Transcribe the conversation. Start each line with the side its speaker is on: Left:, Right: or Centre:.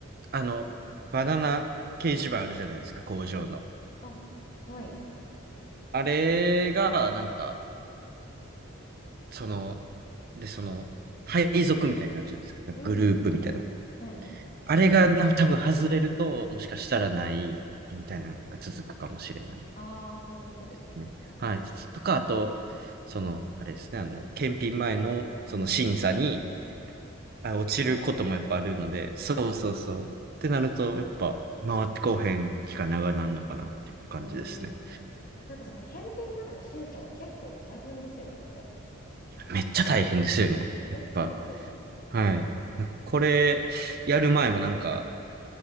Right: あの、バナナ掲示板あるじゃないですか、工場の。
Left: あ、はい。
Right: あれが、なんか、その、で、その、配属みたいになるじゃないですか。
Left: うんうんうんうん。
Right: グループみたいな。
Left: はいはいはい。
Right: あれがな、多分外れると、もしかしたらない、みたいなのが続くかもしれない
Left: ああ、そういうことですね。
Right: ですね。はい。とか、あと、その、あれですね、あの、検品前の、その審査に、
Left: うんうん。
Right: あ、落ちることもやっぱあるので、
Left: ああ、落ちちゃうと。
Right: そうそうそう。
Left: うんうんうん
Right: ってなると、やっぱ、回ってこうへん期間長なんのかなっていう感じですね。
Left: うん。へえ。なんかその検品までの審査は結構大変ですよね、あれ。
Right: めっちゃ大変ですよね。やっぱ。
Left: え、そうですよね。
Right: はい。なんかこれ、やる前もなんか、